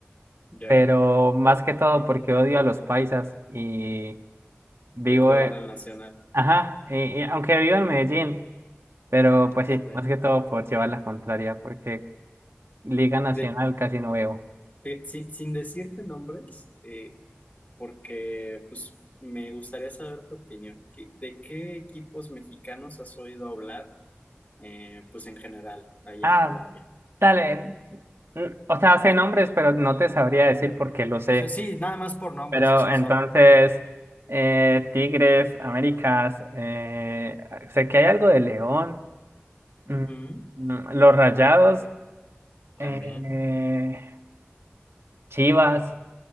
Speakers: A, on the left; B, on the right.
A: Ya,
B: pero más que todo porque odio a los paisas y vivo,
A: ellos le
B: eh,
A: van al Nacional.
B: ajá, y, y aunque vivo en Medellín, pero pues
A: Sí.
B: sí, más que todo por llevar la contraria, porque Liga Nacional
A: De-
B: casi no veo.
A: de- sin, sin decirte nombres, eh, porque pues me gustaría saber tu opinión. ¿Qué- ¿De qué equipos mexicanos has oído hablar? eh, pues en general, ahí
B: Ah,
A: en Colombia.
B: dale, mm, o sea, sé nombres, pero no te sabría decir porque lo sé.
A: sea, sí, nada más por nombres,
B: Pero
A: o sea,
B: entonces,
A: solo...
B: eh, Tigres, Américas, eh, sé que hay algo de León,
A: Ujú,
B: mm, mm, los Rayados,
A: también.
B: eh, Chivas.